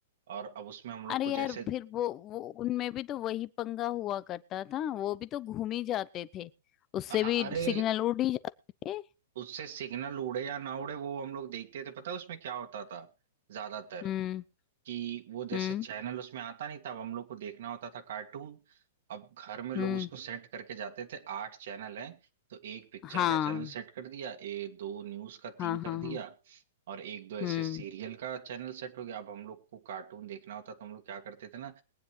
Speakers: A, on the right (about 60°); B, on the left (about 20°).
A: और अब उसमें हम लोग
B: अरे
A: को
B: यार
A: जैसे
B: फिर वो वो उनमें भी तो वही पंगा हुआ करता था वो भी तो घूम ही जाते थे उससे
A: हाँ
B: भी
A: अरे
B: सिग्नल उड़ ही जाते थे
A: उससे सिग्नल उड़े या ना उड़े वो हम लोग देखते थे पता है उसमें क्या होता था ज्यादातर
B: हम्म
A: कि वो जैसे
B: हम्म
A: चैनल उसमें आता नहीं था अब हम लोग को देखना होता था कार्टून अब घर में लोग
B: हम्म
A: उसको सेट करके जाते थे आठ चैनल हैं तो एक पिक्चर
B: हाँ
A: का चैनल सेट कर दिया ए दो न्यूज का
B: हाँ
A: तीन कर
B: हाँ हाँ
A: दिया और एक दो ऐसे
B: हम्म
A: सीरियल का चैनल सेट हो गया अब हम लोग को कार्टून देखना होता तो हम लोग क्या करते थे ना